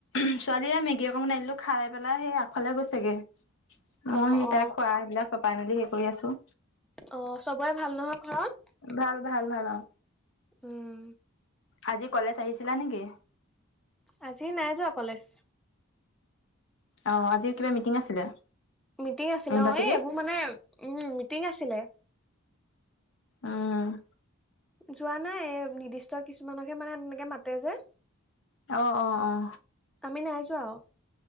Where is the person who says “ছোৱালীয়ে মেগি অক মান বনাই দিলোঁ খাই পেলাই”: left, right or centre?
Left